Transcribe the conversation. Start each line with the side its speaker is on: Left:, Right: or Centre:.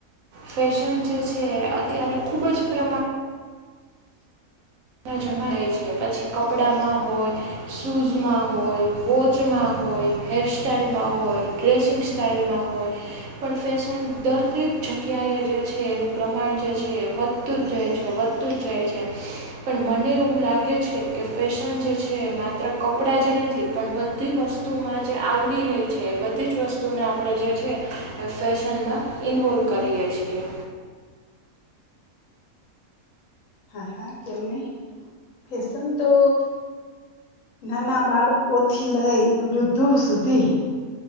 Right: ફેશન જે છે અત્યારે ખુબ જ પ્રમાણે જમા થાય છે પછી કપડામાં હોય, શૂઝમાં હોય, વોચમાં હોય. હોય, હેર સાઈલમાં હોય, ડ્રેસિંગ સ્ટાાઈલમાં હોય પણ ફેશન દરેક જગ્યાએ જે છે એનું પ્રમાણ જે છે એ વધતું જ જાય છે, વધતું જ જાય છે. પણ મને એવું લાગે છે કે ફેશન જે છે, માત્ર કપડાં જ નથી પણ બધી વસ્તુ વસ્તુમાં જે આવરી લે છે એ બધી જ વસ્તુને આપણે જે છે એ ફેશનમાં ઇન્વોલ્વ કરીએ છીએ.
Left: હા હા કેમ નય ફસન તો નાના બાળકો થી લઈ વૃદ્ધો સુધી